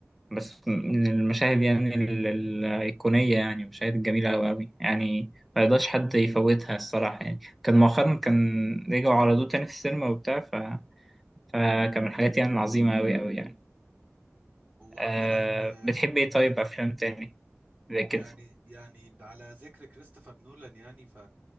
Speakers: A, in the centre; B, on the right.
A: بس من المشاهد يعني ال- ال- الأيقونية يعني مشاهد جميلة أوي أوي يعني ما يقدرش حد يفوتها الصراحة يعني كان مؤخرا كان رجعوا عرضوه تاني في السينما وبتاع ف... فكان من الحاجات يعني العظيمة أوي أوي يعني
B: هو
A: آه
B: عامه آه،
A: بتحب ايه طيب افلام تاني زي كده
B: يعني يعني على ذكر كريستوفر نولان يعني ف